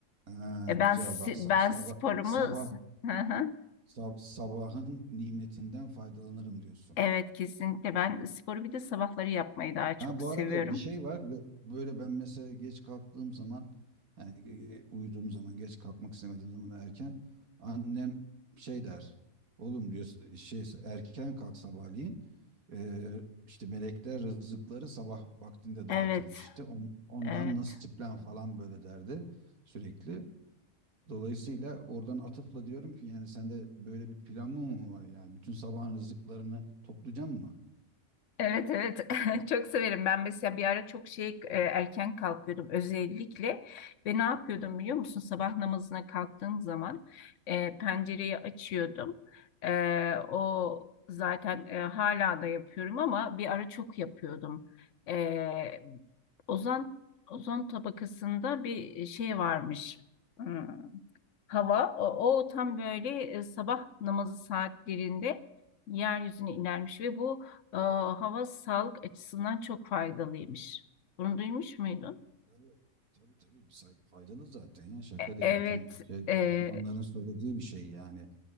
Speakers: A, on the right; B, on the left.
A: Ha,
B: E
A: güzel.
B: ben si-
A: Bak sa-
B: ben
A: sabah
B: sporumu
A: sabah
B: <laughs> Hı hı.
A: sab- sabahın nimetinden faydalanırım diyorsun.
B: Evet kesinlikle ben sporu bir de sabahları yapmayı daha çok
A: Ha, bu
B: seviyorum.
A: arada bir şey var. Bö- Böyle ben mesela geç kalktığım zaman yani e, e, uyuduğum zaman geç kalkmak istemediğim zaman erken annem şey der. Oğlum diyor şey erken kalk sabahleyin. E, işte melekler rızıkları sabah vaktinde dağıtırmış
B: Evet.
A: işte. On- Ondan
B: Evet.
A: nasiplen falan böyle derdi sürekli. Dolayısıyla oradan atıfla diyorum ki yani sende böyle bir plan mı var yani bütün sabahın rızıklarını toplayacağım mı?
B: Evet evet <laughs> çok severim ben mesela bir ara çok şey e, erken kalkıyordum özellikle ve ne yapıyordum biliyor musun sabah namazına kalktığım zaman e, pencereyi açıyordum E, o zaten e, hala da yapıyorum ama bir ara çok yapıyordum E, ozon ozon tabakasında bir şey varmış Hmm hava o, o tam böyle e, sabah namazı saatlerinde yeryüzüne inermiş ve bu e, hava sağlık açısından çok faydalıymış. Bunu duymuş muydun?
A: Tabii tabii. tabii. Say- Faydalı zaten ya şaka
B: E-
A: değil.
B: evet.
A: Bütün şey,
B: e,
A: uzmanların söylediği bir şey yani.